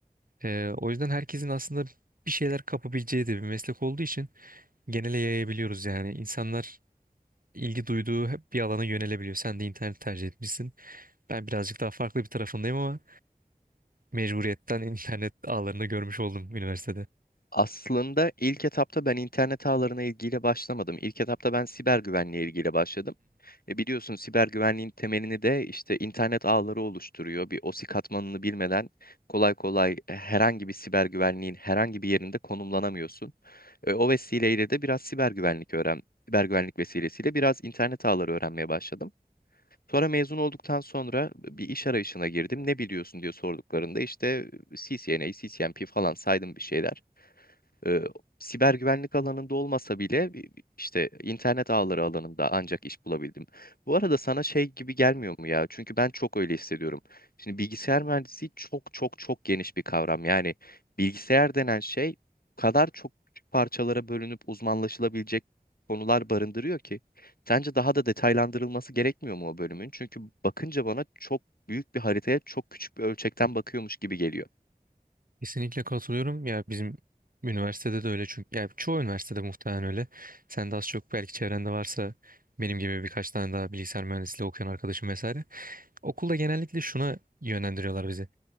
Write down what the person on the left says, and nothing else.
Aslında ilk etapta ben internet ağlarına ilgiyle başlamadım. İlk etapta ben siber güvenliğe ilgiyle başladım. E biliyorsun siber güvenliğin temelini de işte internet ağları oluşturuyor. Bir OSI katmanını bilmeden kolay kolay e, herhangi bir siber güvenliğin herhangi bir yerinde konumlanamıyorsun. E, o vesileyle de biraz siber güvenlik öğren, siber güvenlik vesilesiyle biraz internet ağları öğrenmeye başladım. Sonra mezun olduktan sonra bir iş arayışına girdim. Ne biliyorsun diye sorduklarında işte CCNA, CCNP falan saydım bir şeyler e, siber güvenlik alanında olmasa bile bi- bi- işte internet ağları alanında ancak iş bulabildim. Bu arada sana şey gibi gelmiyor mu ya? Çünkü ben çok öyle hissediyorum. Şimdi bilgisayar mühendisliği çok çok çok geniş bir kavram. Yani bilgisayar denen şey o kadar çok küçük parçalara bölünüp uzmanlaşılabilecek konular barındırıyor ki. Sence daha da detaylandırılması gerekmiyor mu o bölümün? Çünkü bakınca bana çok büyük bir haritaya çok küçük bir ölçekten bakıyormuş gibi geliyor.